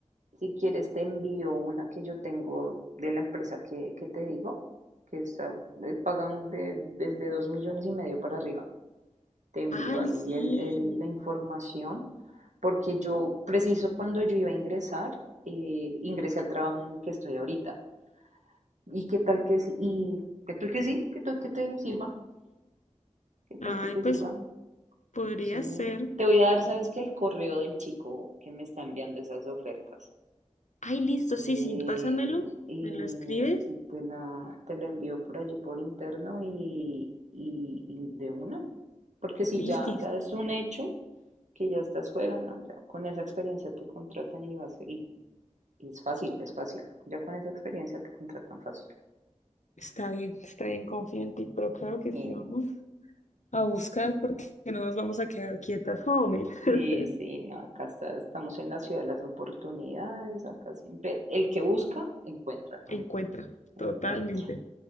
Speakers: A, on the right (about 75°); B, on the left (about 75°).
A: Si quieres te envío una que yo tengo de la empresa que, que te digo, que está, eh, pagan de- desde dos millones y medio para arriba. te envío
B: Ay,
A: ahí
B: sí.
A: el- el- la información, porque yo, preciso cuando yo iba a ingresar, eh, ingresé al trabajo en el que estoy ahorita. ¿Y qué tal que sí? ¿Y qué tal que sí? ¿Qué tal que te sirva? ¿Qué tal
B: Ay,
A: que te
B: pues
A: sirva?
B: podría
A: Sí,
B: ser.
A: te voy a dar, ¿sabes qué? El correo del chico que me está enviando esas ofertas.
B: Ay, listo, sí,
A: Eh,
B: sí, pásamelo,
A: y
B: me lo escribes.
A: y te la, te la envío por allí por interno y, y, y de una. Porque si
B: Listo.
A: ya, ya es un hecho, que ya estás fuera, no, ya con esa experiencia te contratan y vas y, y es fácil, es fácil. Ya con esa experiencia te contratan fácil.
B: Está bien, está bien, confío en ti, pero claro que
A: Y
B: sí vamos a buscar porque no nos vamos a quedar quietas, hombre. <laughs>
A: sí, sí, no, acá está, estamos en la ciudad de las oportunidades, acá siempre el que busca encuentra, ¿no?
B: Encuentra,
A: Encuentra.
B: totalmente.